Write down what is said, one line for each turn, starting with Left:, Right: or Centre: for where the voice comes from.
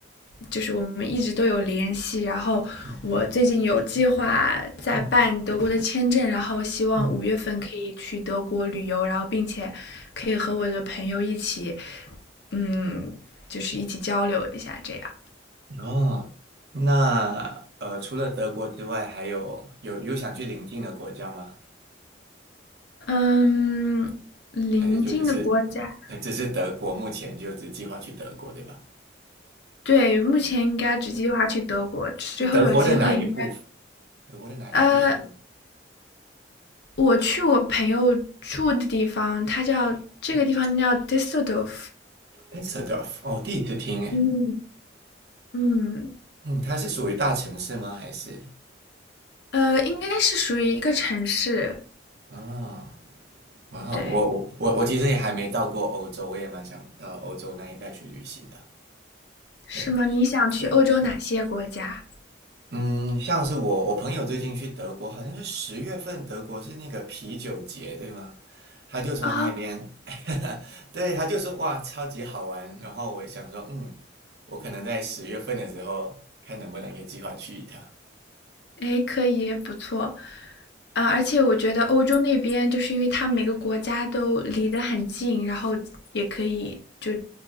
Left: 就是我们一直都有联系。然后我最近有计划在办德国的签证，
Right: 嗯嗯嗯
Left: 然后希望五月份可以去德国旅游，
Right: 嗯。
Left: 然后并且可以和我的朋友一起，嗯，就是一起交流一下这样。
Right: 哦，那呃，除了德国之外，还有有有想去邻近的国家吗？
Left: 嗯，邻近的国家。
Right: 还是就只是呃只是德国，目前就只计划去德国，对吧？
Left: 对，目前应该只计划去德国，之后有机会应该，
Right: 德国的哪一部分？德国的哪一部分
Left: 呃，我去我朋友住的地方，它叫这个地方叫 Düsseldorf，
Right: ？Düsseldorf。哦，第一次听诶。
Left: 嗯嗯，
Right: 嗯，它是属于大城市吗？还是
Left: 呃，应该是属于一个城市，
Right: 啊？哇哦，
Left: 对，
Right: 我我我我其实也还没到过欧洲，我也蛮想到欧洲那一带去旅行的。
Left: 是吗？
Right: 对
Left: 你想去欧洲哪些国家？
Right: 对，嗯，像是我我朋友最近去德国，好像是十月份，德国是那个啤酒节，对吗？他就说那边，
Left: 啊，
Right: <laughs> 对，他就说哇，超级好玩。然后我想说，嗯，我可能在十月份的时候，看能不能给计划去一趟。
Left: 哎，可以，不错，呃，而且我觉得欧洲那边就是因为它每个国家都离得很近，然后也可以就